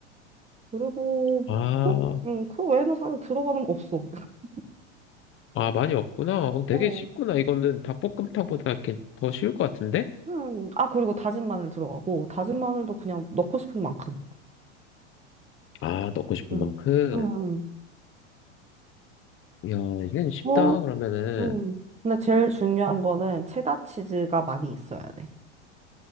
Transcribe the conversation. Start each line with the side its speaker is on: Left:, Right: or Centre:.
Right: 그리고
Left: 아,
Right: 그, 음, 그 외에는 사실 들어가는 거 없어. <laughs>
Left: 아, 많이 없구나. 어, 되게
Right: 어.
Left: 쉽구나. 이거는 닭볶음탕보다 이더 쉬울 것 같은데?
Right: 음. 아, 그리고 다진 마늘 들어가고, 다진 마늘도 그냥 넣고 싶은 만큼.
Left: 아, 넣고 싶은
Right: 음.
Left: 만큼.
Right: 음. 음.
Left: 야, 이건 쉽다.
Right: 뭐,
Left: 그러면은,
Right: 음. 근데 제일 중요한 거는 체다 치즈가 많이 있어야 돼.